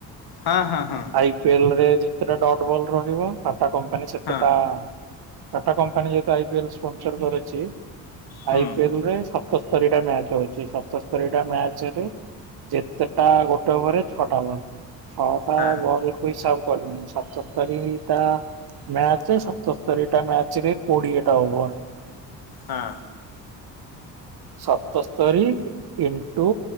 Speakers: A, on the left (about 45°); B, on the right (about 45°).
A: ହଁ ହଁ ହଁ
B: ଆଇ ପିଏଲ ରେ ଯେତେଟା ଡଟ୍ ବଲ୍ ରହିବ। ଟାଟା କମ୍ପାନୀ ସେତେଟା
A: ହଁ ହଁ
B: ଟାଟା କମ୍ପାନୀ ଯେତୁ ଆଇିଲସର କରିଛି।
A: ହୁଁ
B: ଆଇପିଏଲରେ ସତସ୍ତରୀ ଟା ମ୍ୟାଚ ଅଛି। ଚରେ ଯେତେଟା ଗୋଟେ ଓ ଛଅଟାନ୍। ଛଅଟା
A: ହଁ
B: ବଲକୁ ହିସାବ କରିନୁ ସତସ୍ତରୀ ଟା ମ୍ୟାଚ ସପତସ୍ତରୀ ଟା ମ୍ୟାଚରେ କୋଡିଏଟା ଓଭର।
A: ହଁ।
B: ସପତସ୍ତରୀ ଏଣ୍ଟୁ